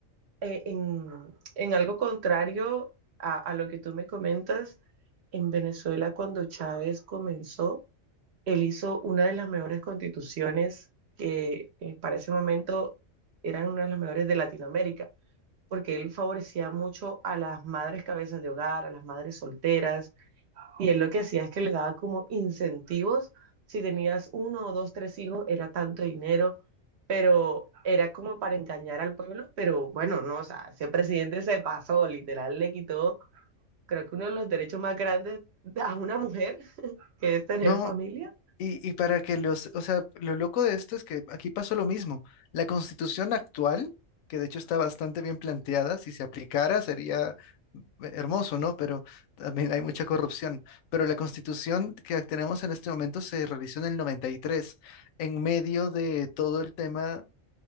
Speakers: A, on the right; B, on the left.
A: eh, en, en algo contrario a, a lo que tú me comentas en Venezuela cuando Chávez comenzó. Él hizo una de las mejores constituciones que eh, para ese momento eran una de las mejores de Latinoamérica, porque él favorecía mucho a las madres cabezas de hogar, a las madres solteras, y él lo que hacía es que le daba como incentivos, si tenías uno o dos, tres hijos, era tanto dinero, pero era como para engañar al pueblo, pero bueno, no, o sea, ese presidente se pasó, literal, le quitó, creo que uno de los derechos más grandes a una mujer, que es tener
B: No,
A: familia
B: Y, y para que los, o sea, lo loco de esto es que aquí pasó lo mismo. La constitución actual, que de hecho está bastante bien planteada, si se aplicara sería hermoso, ¿no? Pero también hay mucha corrupción. Pero la constitución que tenemos en este momento se realizó en el 93 en medio de todo el tema